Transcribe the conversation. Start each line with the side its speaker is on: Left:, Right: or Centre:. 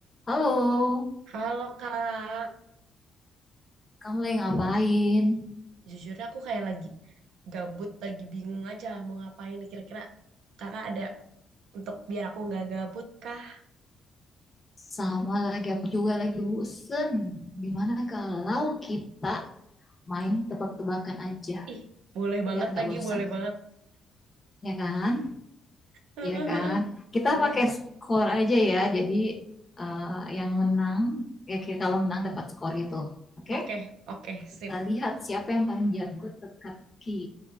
Left: Halo,
Right: Halo Kak,
Left: kamu lagi ngapain?
Right: jujurnya aku kayak lagi gabut, lagi bingung aja mau ngapain. nih. Kira-kira Kakak ada untuk biar aku nggak gabut kah?
Left: Sama lagi, aku juga lagi bosen. Gimana kalau kita main tebak-tebakan aja,
Right: Ih, boleh banget
Left: biar nggak
Right: lagi,
Left: bosan.
Right: boleh banget.
Left: Ya kan?
Right: <laughs>
Left: Iya kan? Kita
Right: Boleh
Left: pakai
Right: banget.
Left: skor aja ya, jadi eh, yang menang, ya ki- kalau menang dapat skor itu. Oke?
Right: Oke, oke,
Left: Kita
Right: sip.
Left: lihat siapa yang paling jago teka-teki.